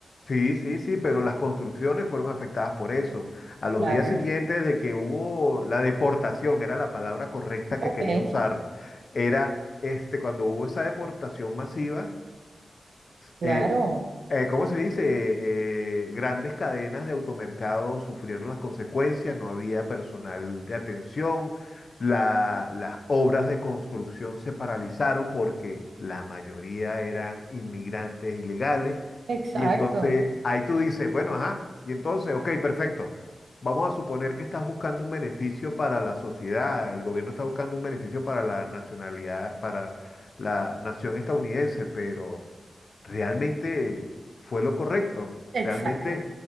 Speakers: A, on the left; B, on the right.
A: Sí, sí, sí, pero las construcciones fueron afectadas por eso. A los
B: Claro.
A: días siguientes de que hubo la deportación, era la palabra correcta
B: Ok,
A: que quería usar, era este, cuando hubo esa deportación masiva,
B: claro.
A: Eh, eh, ¿cómo se dice? Eh, eh, grandes cadenas de automercado sufrieron las consecuencias, no había personal de atención, la- las obras de construcción se paralizaron porque la mayoría eran inmigrantes ilegales.
B: Exacto,
A: Y entonces ahí tú dices, bueno, ajá, y entonces, ok, perfecto. Vamos a suponer que estás buscando un beneficio para la sociedad, el gobierno está buscando un beneficio para la nacionalidad, para la nación estadounidense, pero realmente fue lo correcto.
B: exacto.
A: Realmente